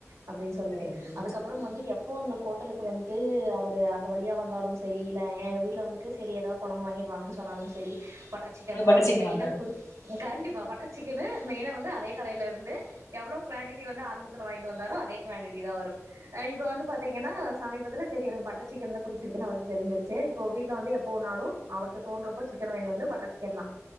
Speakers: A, on the right (about 75°); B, on the left (about 80°).
A: அப்டின் சொல்லிட்டு
B: சரிங்க தோழி
A: அதுக்கப்பறம் வந்து எப் போ அந்த ஹோட்டலுக்கு வந்ட்டு அவரு அந்த வழியா வந்தாலு சரி இல்ல எங்க வீ வீட்ல வந்துட்டு செரி எதாவு கொலம்பு வாங்கிட்டு வாங்கன்ச் சொன்னாலும் செரி பட் பட்டர் சிக்கன்தா
B: அது சிக்கன்
A: மெயினா கு கண்டிப்பா பட்டர் சிக்கனு மெயினா வந்து அதே கடையிலருந்து எவ்வளோ குவான்டிட்டி வந்து ஆரம்பத்துல வாங்கிட்டு வந்தாரோ அதே குவான்டிட்டி தா வரு ஆ இப்ப வந்து பா த்தீங்கன்னா சமீபத்துல சேரி எனக்கு பட்டர் சிக்கன் தா புடிச்சிருக்குனு அவருக்கு தெரிஞ்சிருச்சு இப்போ வீட்டுல வந்து எப்போனாலும் அவருக்கு தோன்றப்போ சிக்கன் வாங்கிட்டு வந்து பட்டர் சிக்கன் தா